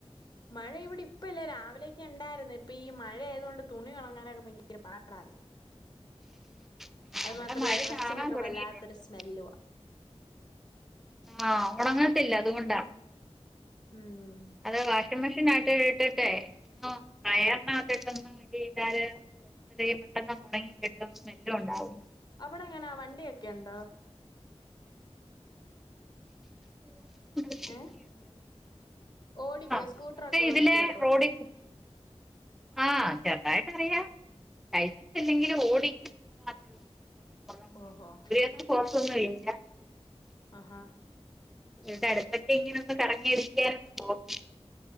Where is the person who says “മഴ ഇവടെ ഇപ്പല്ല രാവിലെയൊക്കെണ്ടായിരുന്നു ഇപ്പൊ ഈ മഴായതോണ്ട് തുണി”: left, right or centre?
Left